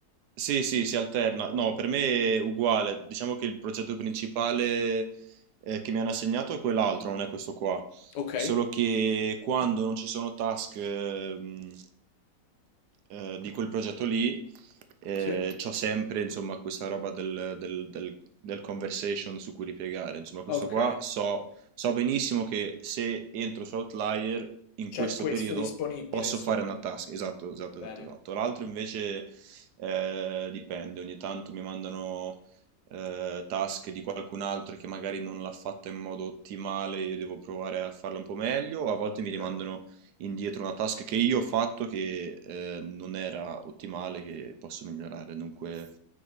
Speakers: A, on the right (about 75°); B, on the left (about 80°).
A: Sì, sì, si alterna. No, per me è uguale. Diciamo che il progetto principale eh, che mi hanno assegnato è quell'altro, non è questo qua.
B: Ok?
A: Solo che quando non ci sono task ehm, eh, di quel progetto lì, eh,
B: Sì.
A: c'ho sempre, insomma, questa roba del, del- del- del conversation su cui ripiegare. Insomma, questo
B: Ok.
A: qua so, so benissimo che se entro su Outlier in
B: C'è
A: questo
B: questo
A: periodo
B: disponibile,
A: posso
B: insomma.
A: fare una task. Esatto, esatto,
B: Bene.
A: esatto, esatto. L'altro invece eh, dipende, ogni tanto mi mandano eh, task di qualcun altro che magari non l'ha fatta in modo ottimale, io devo provare a farla un po' meglio, a volte mi rimandano
B: Ok.
A: indietro una task che io ho fatto che eh, non era ottimale, che posso migliorare, dunque